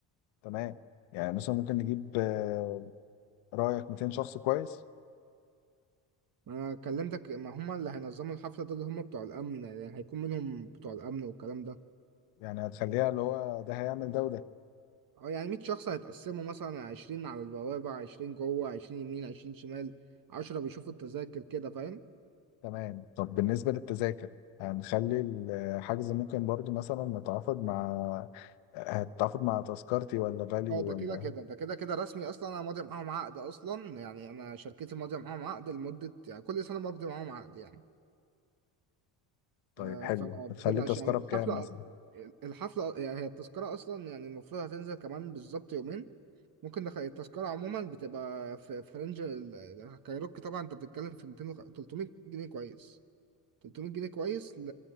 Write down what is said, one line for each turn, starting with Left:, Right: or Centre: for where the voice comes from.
Left: تمام يعني مثلا ممكن نجيب آه، رايك 200 شخص كويس
Right: انا كلمتك ما هما اللي هينظموا الحفله ده اللي هما بتوع الامن يعني هيكون منهم بتوع الامن والكلام ده
Left: يعني هتخليها اللي هو ده هيعمل ده وده
Right: اه يعني 100 شخص هيتقسموا مثلا 20 على البوابه 20 جوه 20 يمين 20 شمال 10 بيشوفوا التذاكر كده فاهم
Left: تمام طب بالنسبة للتذاكر هنخلي الحجز ممكن برضو مثلا نتعاقد مع هتتعاقد مع تذكرتي ولا فاليو
Right: اه ده
Left: ولا
Right: كده كده ده كده كده رسمي اصلا انا ماضي معاهم عقد اصلا يعني انا شركتي ماضيه معاهم عقد لمده يعني كل سنه بمضي معاهم عقد يعني
Left: طيب
Right: آه
Left: حلو
Right: فبتقلقش
Left: هتخلي التذكرة
Right: يعني الحفله
Left: بكام مثلا
Right: الحفله يعني هي التذكره اصلا يعني المفروض هتنزل كمان بالظبط يومين ممكن نخ... التذكرة عموما بتبقى في في رينج ال- ال- كايروكي طبعا انت بتتكلم في 200 وخ- 300 جنيه كويس 300 جنيه كويس ل...